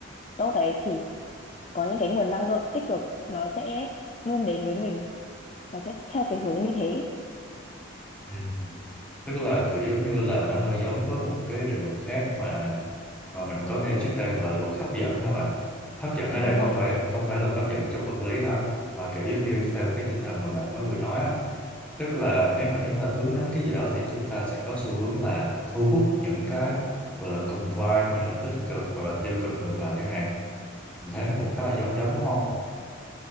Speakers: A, on the left; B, in the centre.
A: tốt đấy thì có những cái nguồn năng lượng tích cực nó sẽ luôn đến với mình nó sẽ theo cái hướng như thế
B: Ừ. tức là kiểu giống như là nó hơi giống với một cái định luật khác mà mà mình có nghe trước đây gọi là luật hấp dẫn ha bạn hấp dẫn ở
A: à, đúng
B: đây không
A: rồi
B: phải không phải luật hấp dẫn trong vật lý ha mà kiểu giống như theo cái tinh thần mà bạn mới vừa nói á tức là nếu mà chúng ta hướng đến cái gì đó thì chúng ta sẽ có xu hướng là thu hút những cái gọi là cùng vibe như là tích cực hoặc là tiêu cực ngược lại chẳng hạn mình thấy nó cũng khá là giống giống đúng không